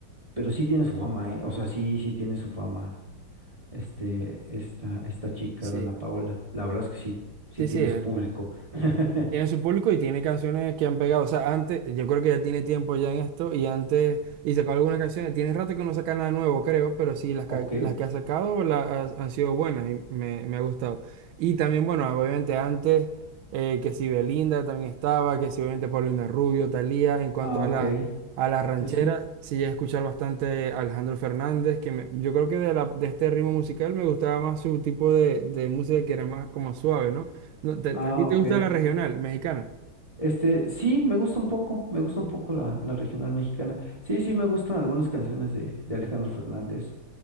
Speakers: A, on the right; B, on the right.
A: pero sí tiene su fama, ¿eh? O sea, sí, sí tiene su fama, este, esta, esta chica,
B: Sí,
A: Dana Paola. La verdad es que sí, sí
B: sí,
A: tiene
B: sí. eh,
A: su público. <laughs>
B: Tiene su público y tiene canciones que han pegado. O sea, antes, yo creo que ya tiene tiempo ya en esto y antes, y sacó algunas canciones. Tiene rato que no saca nada nuevo, creo, pero sí, las,
A: Ok,
B: que- las que ha sacado la- ha- han sido buenas y me, me ha gustado. Y también, bueno, obviamente antes, eh, que si Belinda también estaba, que si obviamente Paulina Rubio, Thalía, en cuanto
A: ah,
B: a
A: ok.
B: la,
A: Eh,
B: a la ranchera,
A: Sí.
B: sí llegué a escuchar bastante a Alejandro Fernández, que me- yo creo que de, la, de este ritmo musical me gustaba más su tipo de, de música que era más como suave, ¿no? No, te-
A: Ah,
B: ¿a ti te
A: ok.
B: gusta la regional mexicana?
A: Este, sí, me gusta un poco, me gusta un poco la, la regional mexicana. Sí, sí, me gustan algunas canciones de, de Alejandro Fernández.